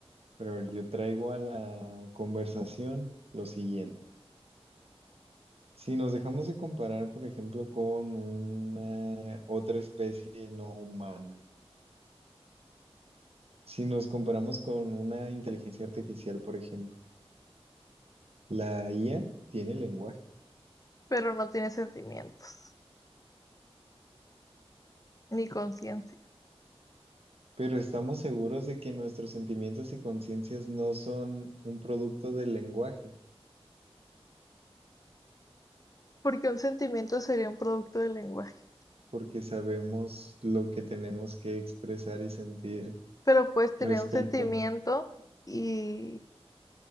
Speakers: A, on the right; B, on the left.
A: pero a ver, yo traigo a la conversación lo siguiente. Si nos dejamos de comparar, por ejemplo, con una otra especie no humana, si nos comparamos con una inteligencia artificial, por ejemplo, la IA tiene lenguaje.
B: pero no tiene sentimientos ni conciencia,
A: Pero estamos seguros de que nuestros sentimientos y conciencias no son un producto del lenguaje,
B: porque un sentimiento sería un producto del lenguaje,
A: porque sabemos lo que tenemos que expresar y sentir
B: pero puedes tener
A: respecto.
B: un sentimiento y